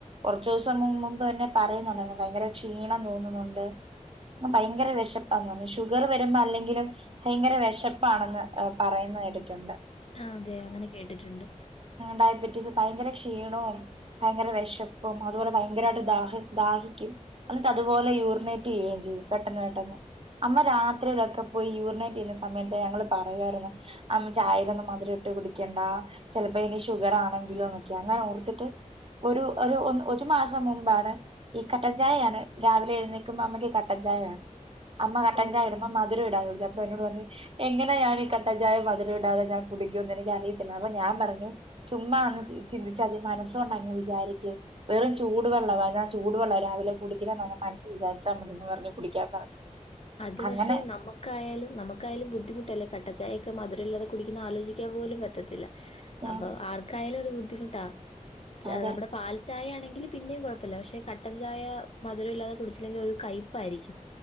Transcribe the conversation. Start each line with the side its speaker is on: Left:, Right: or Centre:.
Right: കുറച്ചു ദിവസം മുമ്പ് തന്നെ പറയുന്നുണ്ടായിരുന്നു ഭയങ്കര ക്ഷീണം തോന്നുന്നുണ്ട് അ ഭയങ്കര വിശപ്പാന്ന് പറഞ്ഞ് ഷുഗർ വരുമ്പോ അല്ലെങ്കിലും ഭയങ്കര വിശപ്പ് ആണെന്ന് പറയുന്നത് കേട്ടി ട്ടിട്ടുണ്ട്
Left: ആഹ് അതെ അങ്ങനെ കേട്ടിട്ടുണ്ട്
Right: ഡയബറ്റീസ് ഭയങ്കര ക്ഷീണവും ഭയങ്കര വിശപ്പും അതുപോലെ ഭയങ്കരമായിട്ട് ദാഹി ദാഹിക്കും എന്നിട്ട് അതുപോലെ യൂറിനേറ്റ് ചെയ്യുകയും ചെയ്യും പെട്ടെന്ന് പെട്ടെന്ന് അമ്മ രാത്രിയിലൊക്കെ പോയി യൂറിനേറ്റ് ചെയ്യുന്ന സമയത്ത് ഞങ്ങള് പറയുവായിരുന്നു ചായലൊന്നും മധുരം ഇട്ട് കുടിക്കണ്ട ചിലപ്പോ ഇനി ഷുഗർ ആണെങ്കിലോന്നൊക്കെ അങ്ങനെ ഓർത്തിട്ട് ഒരു ഒരു മാസം മുമ്പ് ഈ കട്ടൻ ചായ ആണെ രാവിലെ എഴുന്നേക്കുമ്പോ അമ്മക്ക് കട്ടൻചായ വേണം അമ്മ കട്ടൻ
Left: ഓ
Right: ചായ ഇടുമ്പോ മധുരം അപ്പോ എന്നോട് പറഞ്ഞു എങ്ങനെ ഞാൻ ഈ കട്ടൻ ചായ മധുരം ഇടാതെ ഞാൻ കുടിക്കുംന്ന് എനിക്ക് അറിയത്തില്ല അപ്പൊ ഞാൻ പറഞ്ഞു ചുമ്മാന്ന് ചിന്തിച്ച മതി മനസ്സ് കൊണ്ട് അങ്ങ് വിചാരിക്ക് വെറും ചൂടുവെള്ളവാ ഞാൻ ചൂടുവെള്ള രാവിലെ ഇല്ലാന്ന് മനസിൽ വിചാരിച്ചാ മതിന്ന് പറഞ്ഞ് കുടിക്കാൻ പറഞ്ഞു
Left: അത്
Right: അങ്ങനെ
Left: പക്ഷെ നമ്മുക്കായാലും നമുക്കായാലും ബുദ്ധിമുട്ടല്ലേ കട്ടൻ ചായയൊക്കെ ഒക്കെ മധുരമില്ലതെ കുടിക്കുന്നത് ആലോചിക്കാൻ പോലും പറ്റത്തില്ല
Right: ഞാൻ
Left: അപ്പൊ ആർക്കായാലും അത് ബുദ്ധി ബുദ്ധിമുട്ടാ
Right: അതെ
Left: നമ്മുടെ പാൽ ചായ ആണെങ്കിൽ പിന്നെയും കുഴപ്പമില്ല പക്ഷെ കട്ടൻചായ മധുരം ഇല്ലാതെ കുടിച്ചില്ലെങ്കിൽ ഒരു കൈപ്പായിരിക്കും